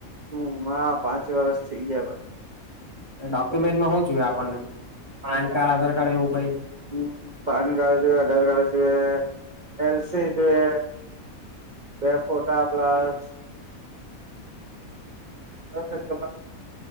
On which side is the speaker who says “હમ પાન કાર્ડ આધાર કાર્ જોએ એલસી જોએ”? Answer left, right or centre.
Right